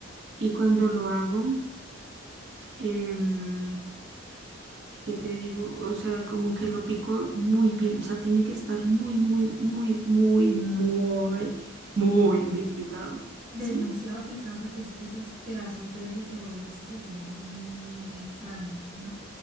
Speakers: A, on the right; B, on the right.
A: y cuando lo hago, em, ¿qué te digo? O sea, como que lo pico muy bien, o sea, tiene que estar muy, muy, muy, muy, muy, muy bien picado,
B: Demasiado
A: ¿sí?
B: picado porque es que esos pedazos de de cebolla, eso se siente muy, muy, muy extraño, ¿no?